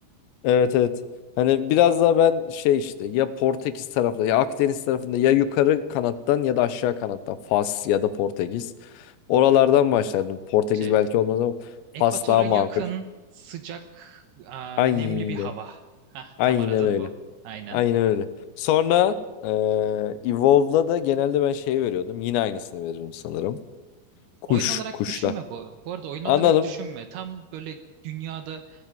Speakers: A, on the left (about 85°); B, on the right (about 75°).
A: Evet evet. Hani biraz daha ben şey işte ya Portekiz tarafında ya Akdeniz tarafında ya yukarı kanattan ya da aşağı kanattan Fas ya da Portekiz. Oralardan başlardım. Portekiz
B: Şey
A: belki olmaz ama
B: Ekvatora
A: Fas daha makul.
B: yakın, sıcak, aa,
A: Aynen.
B: nemli bir hava. Hah,
A: Aynen
B: tam aradın
A: öyle.
B: bu. Aynen.
A: Aynen öyle. Sonra eee Evolve'da da genelde ben şey veriyordum. Yine aynısını veririm sanırım. Kuş.
B: Oyun olarak
A: Kuşla.
B: düşünme bu. Bu arada oyun olarak
A: Anladım.
B: düşünme. Tam böyle dünyada